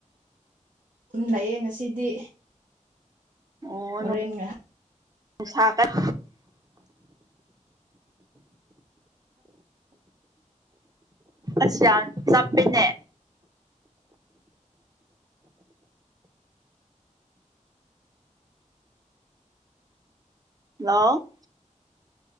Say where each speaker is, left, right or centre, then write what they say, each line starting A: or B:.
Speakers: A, on the right; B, on the right.
A: ꯑꯗꯨꯝ ꯂꯩꯌꯦ ꯉꯁꯤꯗꯤ
B: ꯑꯣ
A: ꯍꯣꯔꯦꯟ
B: ꯅꯨꯡꯁꯥ
A: ꯉꯥꯏꯍꯥꯛ
B: ꯀꯟ ꯑꯁ ꯌꯥꯝ ꯆꯞꯄ‌ꯦꯅꯦ ꯍꯜꯂꯣ